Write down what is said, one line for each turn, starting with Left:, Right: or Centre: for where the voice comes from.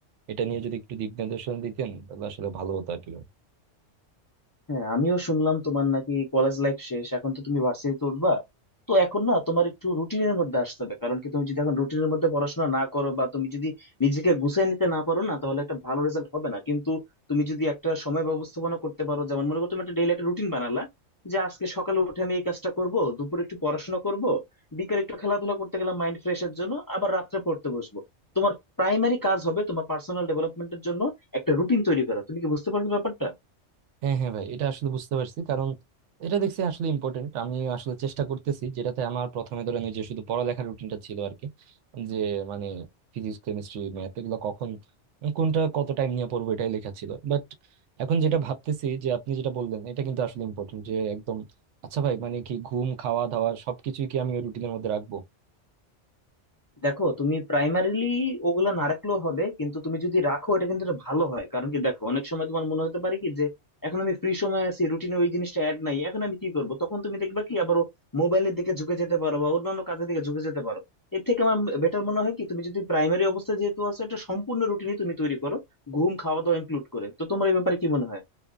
Right: এটা নিয়ে যদি একটু দিক নির্দেশনা দিতেন তাহলে আসলে ভালো হতো আর কি
Left: হ্যাঁ আমিও শুনলাম তোমার নাকি কলেজ লাইফ শেষ এখন তো তুমি ভার্সিটিতে উঠবা তো এখন না তোমার একটু রুটিনের মধ্যে আসতে হবে কারণ কি তুমি যদি এখন রুটিনের মধ্যে পড়াশোনা না করো বা তুমি যদি নিজেকে গুছিয়ে নিতে না পারো না তাহলে একটা ভালো রেজাল্ট হবে না কিন্তু তুমি যদি একটা সময় ব্যবস্থাপনা করতে পারো যেমন মনে করো তুমি একটা ডেইলি একটা রুটিন বানালা যে আজকে সকালে উঠে আমি এই কাজটা করব দুপুরে একটু পড়াশোনা করব বিকেলে একটু খেলাধুলা করতে গেলাম মাইন্ড ফ্রেশের জন্য আবার রাত্রে পড়তে বসবো তোমার প্রাইমারি কাজ হবে তোমার পার্সোনাল ডেভেলপমেন্টের জন্য একটা রুটিন তৈরি করা তুমি কি বুঝতে পারছো ব্যাপারটা
Right: হ্যাঁ হ্যাঁ ভাই এটা আসলে বুঝতে পারছি কারণ এটা দেখছি আসলে ইম্পর্টেন্ট আমি আসলে চেষ্টা করতেছি যেটাতে আমার প্রথমে ধরেন ওই যে শুধু পড়ালেখার রুটিনটা ছিল আর কি যে মানে ফিজিক্স কেমিস্ট্রি ম্যাথ এগুলো কখন কোনটা কত টাইম নিয়ে পড়বো এটাই লেখা ছিল বাট এখন যেটা ভাবতেছি যে আপনি যেটা বললেন এটা কিন্তু আসলে ইম্পর্টেন্ট যে একদম আচ্ছা ভাই মানে কি ঘুম খাওয়া দাওয়া সবকিছুই কি আমি ওই রুটিনের মধ্যে রাখবো
Left: দেখো তুমি প্রাইমারিলি ওগুলা না রাখলেও হবে কিন্তু তুমি যদি রাখো এটা কিন্তু একটা ভালো হয় কারণ কি দেখো অনেক সময় তোমার মনে হতে পারে কি যে এখন আমি ফ্রি সময় আছি রুটিনে ওই জিনিসটা অ্যাড নাই এখন আমি কি করব তখন তুমি দেখবে কি আবার মোবাইলের দিকে ঝুঁকে যেতে পারো বা অন্যান্য কাজের দিকে ঝুঁকে যেতে পারো এর থেকে আমার বেটার মনে হয় কি তুমি যদি প্রাইমারি অবস্থায় যেহেতু আছো একটা সম্পূর্ণ রুটিনই তুমি তৈরি করো ঘুম খাওয়া দাওয়া ইনক্লুড করে তো তোমার এই ব্যাপারে কি মনে হয়